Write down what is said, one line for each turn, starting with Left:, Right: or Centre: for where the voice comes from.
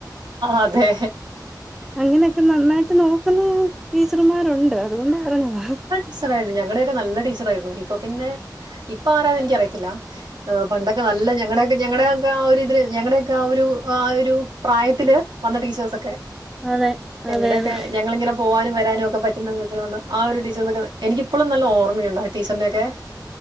Right: അതെ
Centre: അങ്ങനെയൊക്കെ നന്നായിട്ട് നോ ച്ചർമാരുണ്ട് അതുകൊണ്ട് പറഞ്ഞത
Right: <unintelligible> ഞങ്ങടെ നല്ല ടീച്ചർ ആയിരുന്നു ഇപ്പൊ പിന്നെ ഇപ്പ ആരാന്നെനിക്കറിയത്തില്ല പണ്ടൊക്കെ നല്ല ഞങ്ങളടെക്കെ ഞങ്ങളടെക്കെ ആ ഒരിതില് ഞങ്ങളടെൊക്കെ ആ ഒരു ആ ഒരു പ്രായത്തില് വന്ന ടീച്ചേഴ്സൊക്കെ
Centre: അതെ
Right: ഞങ്ങടെക്കെ
Centre: അതെ അതെ
Right: ഞങ്ങളിങ്ങനെ പോവാനും വരാനും ഒകെ പ വന്ന ആ ഒരു ടീച്ചർന്നൊക്കെ എനിക്കിപ്പളും നല്ല ഓർമ്മയുണ്ടാ ടീച്ചറിന്റെക്കെ